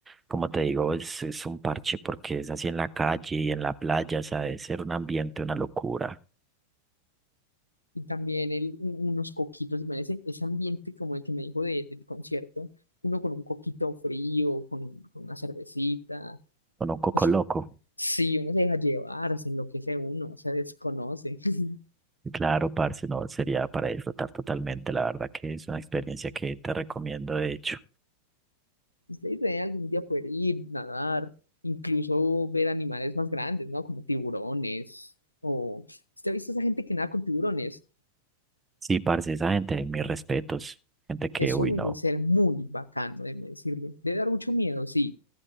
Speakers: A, on the right (about 15°); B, on the left (about 85°).
A: como te digo, es, es un parche porque es así en la calle y en la playa, o sea, debe ser un ambiente, una locura,
B: Y también el, un- unos coquitos, imagínese ese ambiente como el que me dijo de- del concierto. Uno con un coquito frío, con, un- con una cervecita.
A: con un coco
B: Eso,
A: loco.
B: sí, uno se deja llevar, se enloquece uno, se desconoce. <laughs>
A: Claro, parce, no, sería para disfrutar totalmente, la verdad que es una experiencia que te recomiendo, de hecho.
B: Ustedes deben algún día poder ir, nadar, incluso ver animales más grandes, ¿no? Como tiburones. O, ¿usted ha visto esa gente que nada con tiburones?
A: Sí, parce, esa gente, mis respetos, gente que,
B: Eso
A: uy,
B: debe
A: no.
B: ser muy bacano, déjeme decirle. Debe dar mucho miedo, sí,